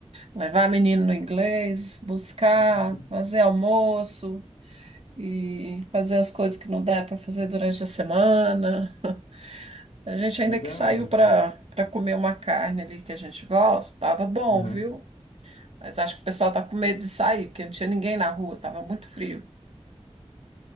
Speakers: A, on the right; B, on the left.
A: Levar menino no inglês, buscar,
B: <laughs>
A: fazer almoço. e fazer as coisas que não dá para fazer durante a semana. A gente ainda
B: Mas
A: que
B: é uma
A: saiu
B: maravilha.
A: para para comer uma carne ali que a gente gosta, tava bom,
B: Aham.
A: viu? Mas acho que o pessoal tá com medo de sair, porque não tinha ninguém na rua, tava muito frio.